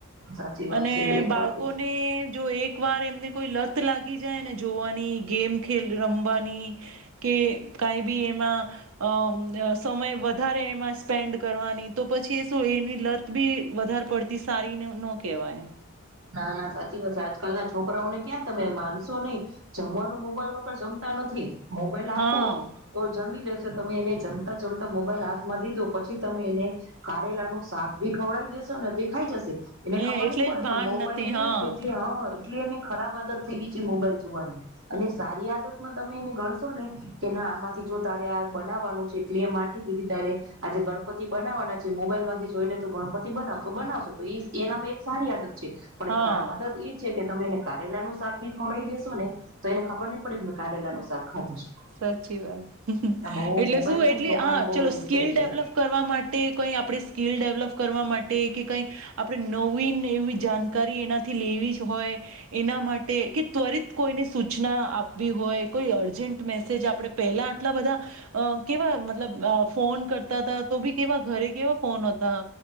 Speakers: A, on the right; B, on the right.
A: સાચી વાત
B: અને
A: છે એક
B: બાળકોને
A: વાત
B: જો એક વાર એમને કોઈ લત લાગી જાય ને જોવાની ગેમ ખેલ રમવાની કે કાંઈ બી એમાં અમ અ સમય વત વધારે એમાં સ્પેન્ડ કરવાની તો પછી એ શું એની લત બી વધારે પડતી સારીને નો કે કેવાય
A: ના, ના સાચી વાત છે, આજકાલના છોકરાઓને ક્યાં તમે માનશો નઈ જમવાનું મોબાઈલ વગર જમતા નથી. મોબાઈલ આપો
B: હા
A: તો જમી લે જો તમે એને જમતા જમતા મોબાઈલ હાથમાં દીધો પછી તમે એને કારેલાનું શાક બી ખવડાવી દેશો ને તો એ ખાઈ જશે. એટલે
B: હે
A: ખબર નઈ પડે
B: જ
A: પણ
B: ભાન
A: મોબાઈલ
B: નથી
A: ની
B: હા
A: યે કેટલી હાં એટલી એને ખરાબ આદત થઈ ગઈ છે મોબાઈલ જોવાની અને સારી આદતમાં તમે એને ગણશો ને કે ના આમાંથી જો તારે આ બનાવવાનું છે, ક્લે માટી દીધી તારે આજે ગણપતિ બનાવવાના છે મોબાઈલમાંથી જોઈને તો ગણપતિ બનાવ, તો બનાવશો તો એ એનામાં એક સારી આદત છે પણ
B: હા.
A: ખરાબ આદત ઈ છે કે તમે એને કારેલાનું શાક બી ખવડાઈ દેસો ને તો એને ખબર નઈ પડે કે મેં કારેલાનું શાક ખાધું છે
B: સાચી વાત
A: બહુ
B: એટલે
A: મોબાઈલ
B: શું
A: છે
B: એટલી
A: ને છોકરાને
B: હાં
A: બહુ
B: ચલો
A: યુઝ
B: સ્કીિલ
A: કરે છે
B: ડેવલપ કરવા માટે કંઈ આપણે સ્કીિલ ડેવલપ કરવા મા ટે કે કઈ આપ પડે નવીને એવી જાન કારી એનાથી લેવી જ હોય એના માટે, કે ત્વરિત કોઈને સૂચના આપવી હોય, કોઈ અર્જન્ટ મેસેજ આપડે પેહલા આટલા બધા અ કેવા મતલબ ફોન કરતા હતા તા તો બી કેવા ઘરે કેવા ફોન અતા.